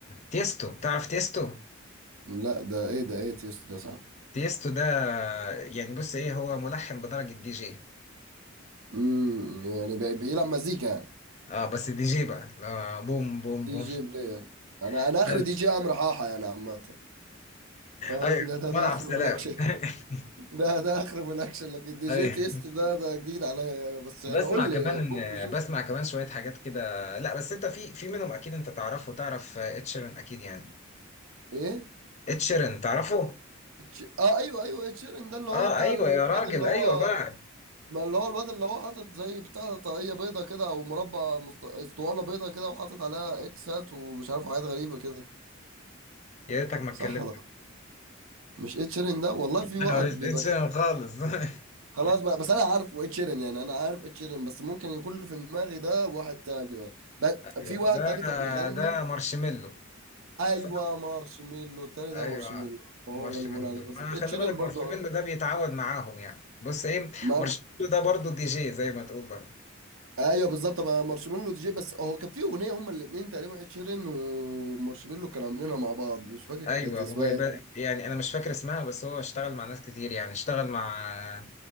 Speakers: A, on the left; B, on the right.
A: تيستو تعرف تيستو
B: لا ده ايه ده ايه تيست ده صح
A: تيستو ده يعني بص ايه هو ملحن بدرجة دي جي
B: امم يعني بي- بيلعب مزيكا يعني
A: اه بس دي جي بقى لا بوم بوم
B: دي
A: بوم
B: جي بلاير انا
A: <laughs>
B: انا اخر دي جي عمرو حاحه يعني عامه فاهم
A: ايوه
B: ده ده,
A: ملعب
B: ده اخر
A: سلام
B: بلاك
A: <laughs>
B: ده ده اخر في الاكشن لكن دي
A: ايوه
B: جي تيست ده ده جديد عليا أنا، بس
A: بسمع
B: يعني قول
A: كمان
B: لي يعني ممكن
A: ان
B: نشوف
A: بسمع كمان شويه حاجات كده لا بس انت في في منهم اكيد انت تعرفه تعرف اتشيرن اكيد يعني
B: ايه
A: اتشيرن تعرفه
B: اتش- اه ايوه ايوه اتشيرن ده اللي هو
A: اه
B: بتاع
A: ايوه
B: الواد
A: يا راجل
B: اللي هو
A: ايوه بقى
B: ما اللي هو الواد اللي هو حاطط زي بتاع طاقية بيضة كده او مربع مست... اسطوانة بيضة كده وحاطط عليها اكسات ومش عارف حاجات غريبة كده
A: يا ريتك ما اتكلمت
B: صح ولا لا مش اتشيرن ده والله
A: <laughs>
B: في
A: لا
B: واحد
A: مش
B: بيبقى
A: اتشيرن
B: كده
A: خالص <laughs>
B: خلاص بقى بس انا عارفه اتشيرن يعني انا عارف اتشيرن بس ممكن يكون اللي في دماغي ده واحد تاني يعني. ب-
A: ايوه
B: في واحد
A: ده
B: تاني كان بيغني
A: ده مارشميلو
B: ايوه
A: صح
B: مارشميلو التاني
A: ايوه
B: ده مارشميلو هو
A: مارشميلو
B: ده اللي بقول عليه بس
A: ما
B: اتشيرين
A: خلي بالك
B: برضه
A: مارشميلو
B: آه.
A: ده بيتعود معاهم يعني بص ايه
B: ما
A: مارشميلو ده برضو دي جي زي ما تقول برضو
B: ايوه بالظبط ما مارشميلو دي جي بس هو كان في اغنيه هما الاثنين تقريبا اتشيرين ومارشميلو كانوا عاملينها مع بعض مش فاكر
A: ايوه
B: كانت اسمها
A: هو
B: ايه
A: يبقى- يعني انا مش فاكر اسمها بس هو اشتغل مع ناس كتير يعني اشتغل مع